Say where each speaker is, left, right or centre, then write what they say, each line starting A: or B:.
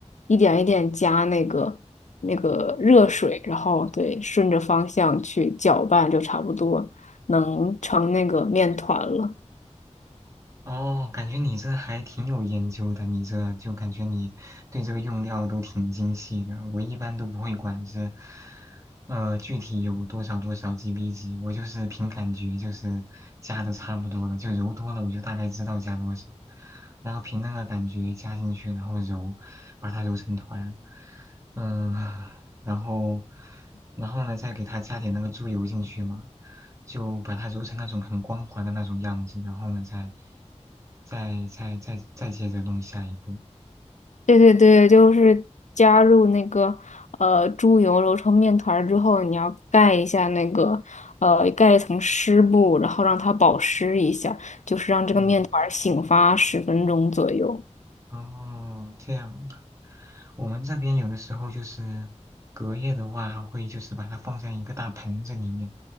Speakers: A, on the left; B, on the right.
A: 一点一点加那个那个热水，然后对顺着方向去搅拌就差不多。能成那个面团了。
B: 哦，感觉你这还挺有研究的，你这就感觉你对这个用料都挺精细的。我一般都不会管是，呃，具体有多少多少 GB 级，我就是凭感觉，就是加的差不多了，就揉多了，我就大概知道加多少，然后凭那个感觉加进去，然后揉，把它揉成团。嗯，然后，然后呢，再给它加点那个猪油进去嘛，就把它揉成那种很光滑的那种样子，然后呢，再，再再再再接着弄下一步。
A: 对对对，就是加入那个呃猪油揉成面团儿之后，你要盖一下那个呃盖一层湿布，然后让它保湿一下，就是让这个面团儿醒发十分钟左右。
B: 嗯，哦，这样，我们这边有的时候就是隔夜的话，还会就是把它放在一个大盆子里面，